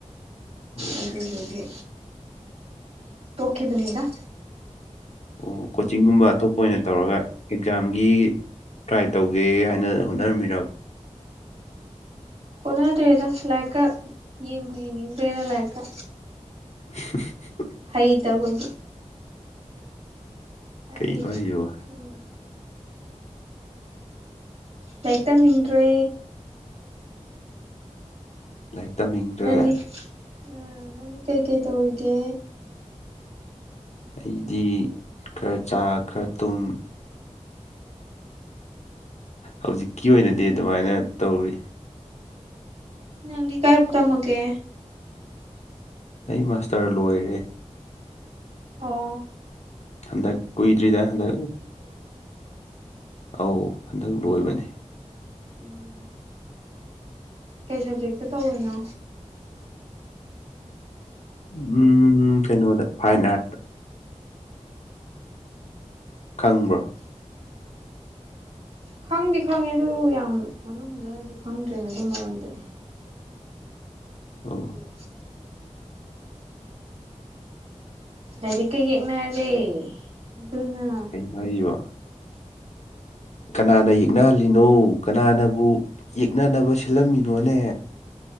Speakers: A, on the left; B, on the right.
A: ꯑꯣ
B: ꯑꯗꯨꯗꯦꯒꯤ ꯇꯣꯛꯈꯤꯦꯕꯅꯤꯗ
A: ꯑꯣ ꯀꯣꯆꯤꯡꯒꯨꯝꯕ ꯑꯇꯣꯞꯄ ꯑꯣꯏꯅ ꯇꯧꯔꯒ ꯑꯦꯛꯖꯥꯝꯒꯤ ꯇ꯭ꯔꯥꯏ ꯇꯧꯒꯦ ꯍꯥꯏꯅ ꯍꯣꯠꯅꯔꯝꯃꯤꯔꯕ
B: ꯍꯣꯠꯅꯗ꯭ꯔꯦꯗ ꯂꯥꯏꯔꯤꯛꯀ ꯌꯦꯡꯕ ꯌꯦꯡꯅꯤꯡꯗ꯭ꯔꯦꯗ ꯂꯥꯏꯔꯤꯛꯀ
A: <unintelligible>
B: ꯍꯩꯇꯕꯒꯤ ꯍꯥꯏꯗꯤ
A: ꯀꯩꯅꯣ ꯍꯥꯏꯁꯤꯕꯣ
B: ꯁꯨꯝ ꯂꯔꯤꯛ ꯇꯝꯅꯤꯡꯗ꯭ꯔꯦ
A: ꯂꯥꯏꯔꯤꯛ ꯇꯝꯅꯤꯡꯗ꯭ꯔꯦ
B: ꯅꯅꯤ ꯑ ꯅꯅꯤ ꯀꯩ ꯀꯩ ꯇꯧꯒꯦ
A: ꯑꯩꯗꯤ ꯈꯔ ꯆꯥ ꯈꯔ ꯊꯨꯝ ꯍꯧꯖꯤꯛꯀꯤ ꯑꯣꯏꯅꯗꯤ ꯑꯗꯨꯃꯥꯏꯅ ꯇꯧꯔꯤ
B: ꯅꯪꯗꯤ ꯀꯥꯏ ꯄꯨ ꯀꯥꯃꯒꯦ
A: ꯑꯩ ꯃꯥꯁꯇꯔ ꯂꯣꯏꯔꯦ
B: ꯑꯣ
A: ꯍꯟꯗꯛ ꯀꯨꯏꯗ꯭ꯔꯤꯗ ꯍꯟꯗꯛ ꯑꯧ ꯍꯟꯗꯛ ꯂꯣꯏꯕꯅꯦ
B: ꯎꯝ ꯀꯩ ꯁꯕꯖꯦꯛꯇ ꯇꯧꯔꯤꯅꯣ
A: ꯎꯝ ꯍꯝ ꯊꯩꯅꯗ ꯐꯥꯏꯟꯅꯥꯥꯔꯠ ꯈꯪꯕ꯭ꯔꯥ
B: ꯈꯪꯗꯤ ꯈꯪꯉꯦ ꯑꯗꯨ ꯌꯥꯝ ꯃꯅꯨꯡ ꯍꯟꯖꯟꯅꯗꯤ ꯈꯪꯗ꯭ꯔꯦꯅ ꯑꯗꯨꯒꯤ ꯃꯔꯝꯗꯗꯤ
A: ꯑꯣ
B: ꯑꯗꯨꯗꯤ ꯂꯥꯏꯔꯤꯛꯀ ꯌꯦꯛꯅꯔꯦ ꯑꯗꯨꯅ
A: ꯍꯥꯏꯣ ꯀꯅꯥꯅ ꯌꯦꯛꯅꯍꯜꯂꯤꯅꯣ ꯀꯅꯥꯅꯕꯨ ꯌꯦꯛꯅꯅꯕ ꯁꯤꯜꯂꯝꯃꯤꯅꯣꯅꯦ